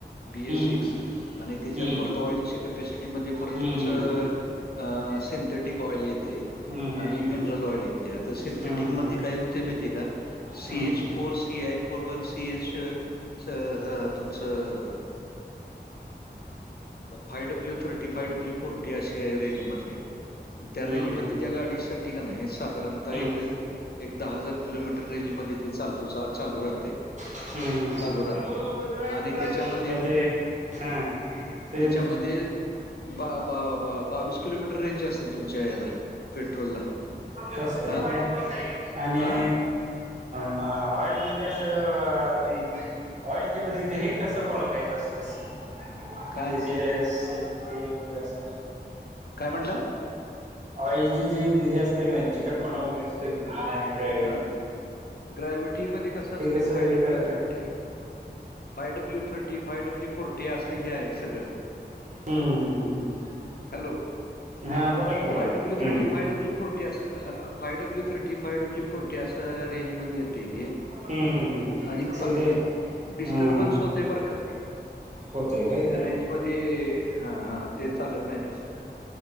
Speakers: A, on the left (about 60°); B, on the right (about 40°).
A: B
B: hmm
A: S six आणि त्याच्यात
B: हम्म
A: परत ऑइलच्या कॅपॅसिटीमध्ये परत
B: हम्म
A: तुमचं
B: हम्म.
A: अ सिंथेटिक ऑइल येतय.
B: हम्म हम्म
A: आणि मिनरल ऑइल येते आता सिंथेटिक
B: हम्म
A: मध्ये काही होते माहितीय का CH
B: हम्म hmm
A: four P I four one C H स ह तुमचं five W thirty five W forty असे रेंजमधलय त्या
B: हम्म
A: रेंजमधले
B: हम्म
A: त्या गाडीसाठी का नाय साधारण आता
B: हम्म
A: एक दहा हजार किलोमीटर रेंज मध्ये ते चाल चालू राहते.
B: हम्म हम्म हम्म
A: चालू राहते
B: हम
A: आणि त्याच्यामध्ये
B: पण ते हा. तेच-
A: त्याच्यामध्ये बा बा बा बावीस किलोमीटर रेंज असेल तुमच्या ह्याला पेट्रोलला
B: फसतंय
A: हा
B: काय? आणि
A: हा
B: - ऑइल मजी अस- ऑइलच्या पद्धती हे कस ओळखायचं असतस? <unintelligible>
A: काय
B: असं.
A: काय म्हटला?
B: ऑइलची जी हे असते की नाही? चिकटपणा वगैरे असतोय की नाही? ग्रॅव्हिटी
A: ह. ग्रॅवि्हटी मध्ये कस असतय?
B: ते कसं
A: फाय
B: हे
A: डब्ल्यू
B: करत
A: thirty five W thirty, five W forty असं हे आहे सगळं.
B: हम्म हम्म हम्म हम्म हम्म
A: हॅलो.
B: हा बोला की बोला
A: five
B: hmm
A: W thirty, five W four ते असं. हं. Five W thirty. Five W forty - ते अस रेंज मध्ये येतय ते.
B: हम्म हम्म हम्म
A: आणि
B: पण
A: पंध
B: ते
A: डिस्टर्बन्स
B: हा हा
A: होत - तय बर का.
B: होतय काय
A: त्या
B: ते?
A: रेंजमध्ये हा हा ते चालत नाही तसं